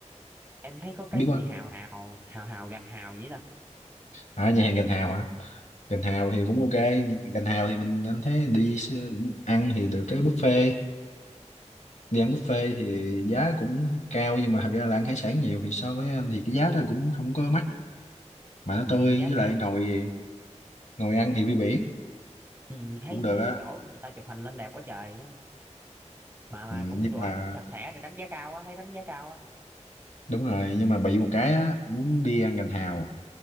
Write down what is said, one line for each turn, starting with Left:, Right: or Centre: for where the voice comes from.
Right: em thấy có cái
Left: biết
Right: gì
Left: quán
Right: hào hào hào hào gành hào vậy ta
Left: à nhà hàng Gành Hào hả Gành Hào thì cũng ok nhưng Gành Hào thì mình anh thấy đi xe- ăn thì được cái buffet đi ăn buffet thì giá cũng cao nhưng mà thật ra là ăn hải sản nhiều thì so với anh thì cái giá đó cũng không có mắc mà
Right: ừ,
Left: nó tươi
Right: giá
Left: với
Right: cả
Left: lại ngồi ngồi ăn thì view biển
Right: ừ, thấy
Left: cũng được
Right: thấy
Left: á
Right: cái chỗ người ta chụp hình lên đẹp quá trời á. mà mà
Left: ừ,
Right: cũng
Left: nhưng
Right: đồ
Left: mà
Right: ăn cũng sạch sẽ được đánh giá cao á thấy đánh giá cao á
Left: đúng rồi nhưng mà bị một cái á muốn đi ăn gành hào